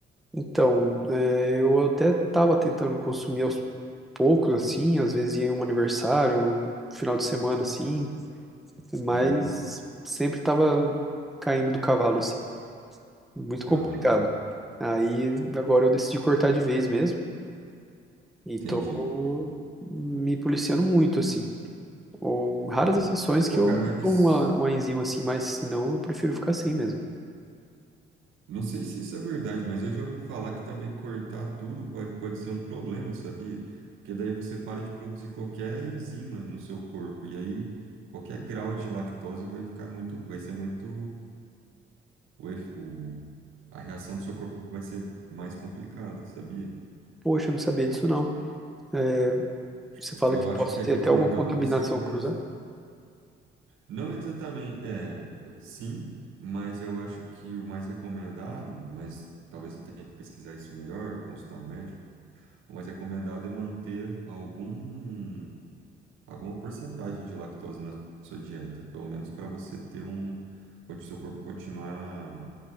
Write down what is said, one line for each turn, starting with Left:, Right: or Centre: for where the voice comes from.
Centre: Então, é, eu até estava tentando consumir aos poucos, assim, às vezes ia em um aniversário, num final de semana, assim, mas
Right: Uhum,
Centre: sempre estava caindo do cavalo, assim, muito complicado.
Right: aham,
Centre: Aí agora eu decidi cortar de vez mesmo e tô
Right: entendi.
Centre: me policiando muito, assim. Ou raras
Right: Aham.
Centre: exceções
Right: Pô,
Centre: que eu
Right: cara, mas
Centre: tomo uma, uma enzima assim, mas senão eu prefiro ficar sem mesmo.
Right: não sei se isso é verdade, mas eu já ouvi falar que também cortar tudo pode, pode ser um problema, sabia? Porque daí você para de produzir qualquer enzima no seu corpo, e aí qualquer grau de lactose vai ficar muito, vai ser muito, o, ef- o- a reação do seu corpo vai ser mais complicada, sabia?
Centre: Poxa, eu não sabia disso não. Eh,
Right: Tipo,
Centre: Você fala
Right: eu
Centre: que
Right: acho
Centre: possa
Right: que é
Centre: ter
Right: recomendado
Centre: até uma contaminação
Right: você comer.
Centre: cruzada?
Right: Não exatamente, é, sim, mas eu acho que o mais recomendado, mas talvez você tenha que pesquisar isso melhor, consultar um médico, o mais recomendado é manter algum, alguma porcentagem de lactose na sua dieta, pelo menos para você ter um, o seu corpo continuar